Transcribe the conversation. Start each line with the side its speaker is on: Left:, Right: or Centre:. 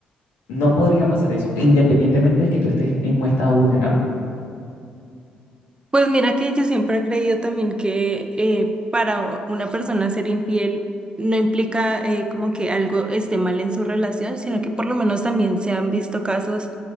Left: no podría pasar eso, independientemente de que tú estés en un estado vulnerable.
Right: Pues mira que yo siempre he creído también que eh, para una persona ser infiel no implica eh, como que algo esté mal en su relación, sino que por lo menos también se han visto casos